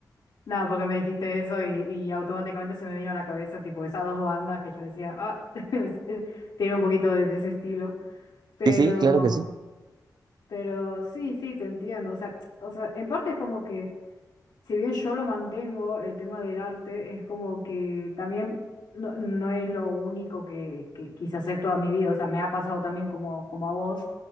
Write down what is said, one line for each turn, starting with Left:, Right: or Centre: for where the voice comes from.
Left: No, porque me dijiste eso y, y automáticamente se me vino a la cabeza, tipo, esas dos bandas que yo decía, ah, <laughs> es- eh, tiene un poquito de, de ese estilo. Pero,
Right: Sí, sí, claro que sí.
Left: pero sí, sí, te entiendo. O sea, o sea, en parte es como que. si bien yo lo mantengo, el tema del arte es como que también no, no es lo único que, que quise hacer toda mi vida. O sea, me ha pasado también como, como a vos,